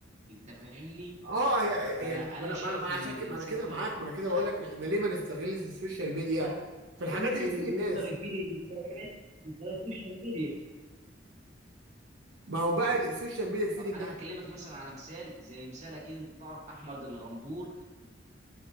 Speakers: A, on the right; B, on the right.
A: انت فاهمني
B: اه هي
A: فانا
B: هي ما
A: انا
B: انا
A: شايف
B: ما أنا- ما عشان
A: ان الانسان
B: كده ما انا كده
A: لو
B: معاك ما انا كده
A: اتحكم
B: بقول لك احنا ليه ما نستغلش السوشيال ميديا
A: ده
B: في الحاجات
A: ممكن
B: اللي تفيد
A: إنه
B: الناس
A: يقدر يفيد الناس من خلال السوشيال ميديا
B: ما هو بقى السوشيال ميديا تفيد
A: طب
B: الناس
A: انا هكلمك مثلا على مثال زي مثال اكيد انت تعرف احمد الغندور